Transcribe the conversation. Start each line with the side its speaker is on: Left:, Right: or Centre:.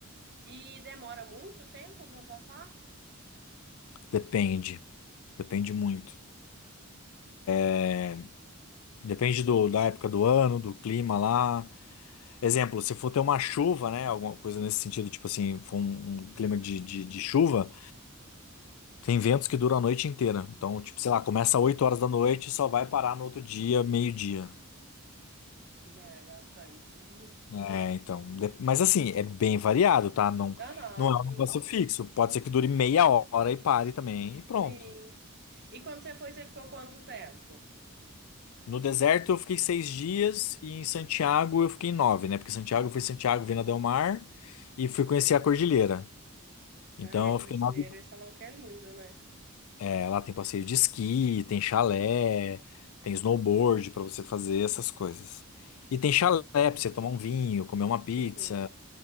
Right: E demora muito tempo pra passar?
Left: Depende, depende muito. É, Depende do, da época do ano, do clima lá. Exemplo, se for ter uma chuva, né? Alguma coisa nesse sentido, tipo assim, for um, um clima de, de, de chuva, tem ventos que duram a noite inteira. Então, tipo, sei lá, começa 8 horas da noite e só vai parar no outro dia, meio-dia.
Right: É, bastante. <laughs>
Left: É, então. de- Mas assim, é bem variado, tá? Não,
Right: Aham,
Left: não
Right: sim.
Left: é um negócio fixo. Pode ser que dure meia hora e pare também, e pronto.
Right: Sim. E quando você foi, você ficou quanto tempo?
Left: No deserto eu fiquei seis dias e em Santiago eu fiquei nove, né? Porque Santiago foi Santiago, Vina del Mar e fui conhecer a cordilheira. Então
Right: Ah, a
Left: eu
Right: cordilheira,
Left: fiquei nove
Right: eles falam que é lindo, né?
Left: É, Lá tem passeio de esqui, tem chalé, tem snowboard pra você fazer essas coisas. E tem chalé pra você tomar um vinho, comer uma pizza,
Right: Uhum.